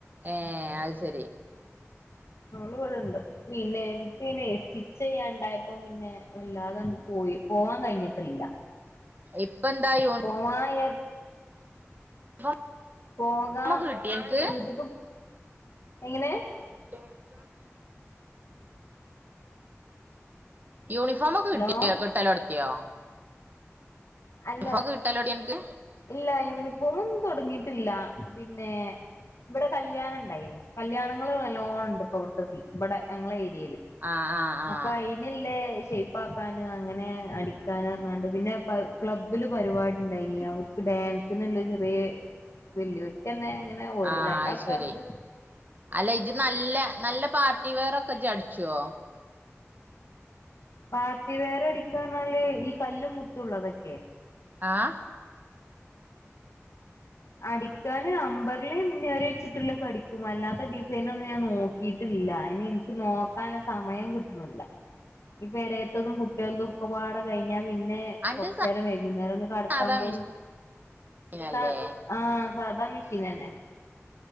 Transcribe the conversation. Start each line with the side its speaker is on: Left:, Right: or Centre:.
Right: ഏഹ് അഹ് സെരി.
Left: അവള് വെടെണ്ട്. പിന്നെ ഇന്ക്ക് അയ്നേ സ്റ്റിച്ച് ചെയ്യാൻ ഉണ്ടായപ്പം പിന്നെ. വല്ലാതാണ്ട് പോയി പോവാൻ കഴിഞ്ഞിട്ടില്ല.
Right: ഇപ്പെന്തായി യൂ
Left: പോവാ വിചാരി
Right: യൂണിഫോം
Left: പോകാ
Right: ഒക്കെ കിട്ടിയോ അനക്ക്
Left: വീട്ട്ക്ക് എങ്ങനേ
Right: <unintelligible> യൂണിഫോമൊക്കെ
Left: ഹലോ
Right: കിട്ടീന്യോ കിട്ടല് തൊടത്തിയോ?
Left: അല്ല
Right: ഫോ കിട്ടല് തൊടത്തിയോ അനക്ക്?
Left: ഇല്ല യൂനിഫോമൊന്നും തൊടങ്ങീട്ടില്ല പിന്നേ. ഇവടെ കല്യാണണ്ടായിനി. കല്യാണങ്ങള് നല്ലോണം ഇണ്ട് ഇപ്പ ഇവട്ത്തെ സീ ഇബടെ ഞങ്ങളെ ഏരിയേല്.
Right: ആഹ് ആഹ്. ആഹ്
Left: അപ്പൊ അയിനില്ലേ ഷേപ്പ് ആക്കാന് അങ്ങനെ അടിക്കാന് പറഞ്ഞാണ്ട് പിന്നെ പ്പത് ക്ലബ്ബില് പരിപാടി ഇണ്ടായിനി. അവർക്ക് ഡാൻസന്ള്ള ചെറിയ വല്യോൽക്കെന്നെ ഇങ്ങനെ ഓരോ
Right: ആഹ്
Left: രണ്ടാൾക്കാര്ത്.
Right: അത് ശരി അല്ല ഇജ് നല്ല നല്ല പാർട്ടി വെയർ ഒക്കെ ഇജ് അട്ച്ചോ?
Left: പാർട്ടി വെയർ അടിക്കാ പർഞ്ഞാല് ഈ കല്ലും മുത്തും ഉള്ളതൊക്കെ.
Right: ആഹ്.
Left: അടിക്കാൻ അമ്പർലിം നെറി വെച്ചിട്ടില്ലൊക്കെ അടിക്കും. അല്ലാത്ത ഡിസൈനൊന്നും ഞാൻ നോക് കീട്ടില്ല. അയിന് ഇന്ക്ക് നോക്കാൻല്ലെ സമയം കിട്ട്ണ്ല്ല. ഈ പെരേത്തതും കുട്ട്യേൾതും ഒക്കെപാടെ കഴിഞ്ഞാ പിന്നെ
Right: അന്റെ
Left: കൊറച്ചേരം
Right: സാ
Left: വൈകുന്നേരം ഒന്ന് കടക്കാൻ
Right: സാധാ
Left: പോലും
Right: മെഷീനല്ലേ
Left: സ ആഹ് സാദാ മെഷീനെന്നെ.